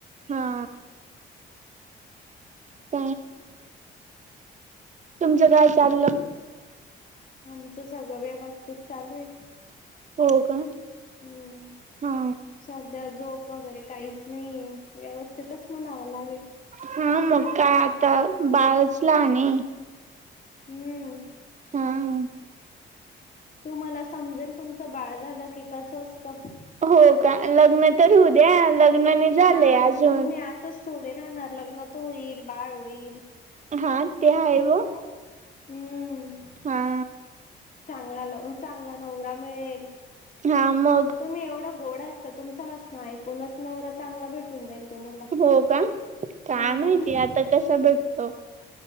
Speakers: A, on the right; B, on the left.
A: हा. <unintelligible> तुमचं काय चाललं?
B: आमचं सगळं व्यवस्थित चालू आहे.
A: हो का?
B: हम्म
A: हा.
B: सध्या झोप वगैरे काहीच नाहीये. व्यवस्थितच म्हणावं लागेल.
A: हा. मग काय आता? बाळच लहानये.
B: हम्म
A: हा हम
B: तू मला समजेल तुमचं बाळ झालं की कसं असतं
A: हो का लग्न तर होऊ द्या लग्नाने झालंय
B: हा मग
A: अजून
B: तुम्ही असच थोडे राहणार लग्न तो होईल बाळ होईल
A: हा ते हाय ओ
B: हम्म
A: हा
B: चांगला चांगला नवरा मिळेल
A: हा मग
B: तुम्ही एवढं गोड असतं तुमच असं ऐकूनच नवरा चांगला भेटून जाईल तुम्हाला
A: हो का काय
B: हम्म
A: माहिती आता कसा भेटतो